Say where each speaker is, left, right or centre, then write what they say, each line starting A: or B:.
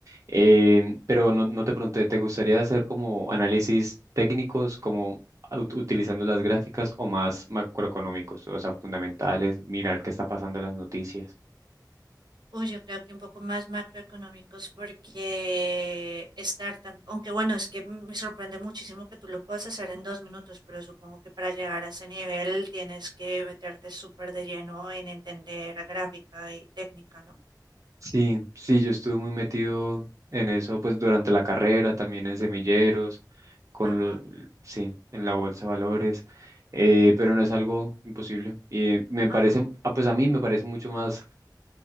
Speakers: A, on the right; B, on the right.
A: Em, pero no, no te pregunté, ¿te gustaría hacer como análisis técnicos, como ut- utilizando las gráficas o más macroeconómicos, o sea, fundamentales, mirar qué está pasando en las noticias?
B: Uy, yo creo que un poco más macroeconómicos porque estar tan, aunque bueno, es que me sorprende muchísimo que tú lo puedas hacer en dos minutos, pero supongo que para llegar a ese nivel tienes que meterte súper de lleno en entender gráfica y técnica, ¿no?
A: Sí, sí, yo estuve muy metido en eso, pues durante la carrera, también en semilleros, con
B: Ajá,
A: lo, sí, en la bolsa de valores, eh, pero no es algo imposible. Y me parece,
B: ajá.
A: ah, pues a mí me parece mucho más